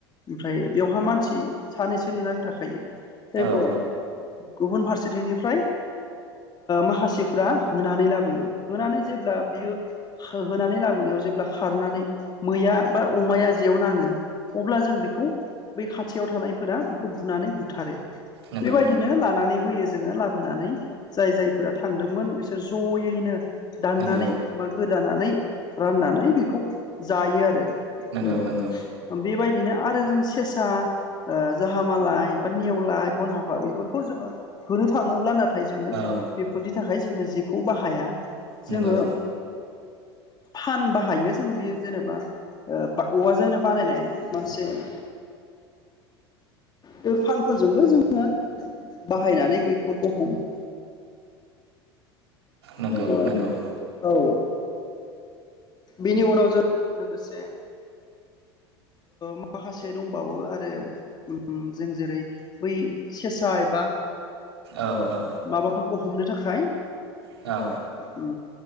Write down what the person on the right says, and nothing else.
जोंखौ
नंगौ
ज'यैनो
नंगौ नंगौ
औ
नंगौ
<inaudible>
नंगौ
नंगौ
उ
औ औ
औ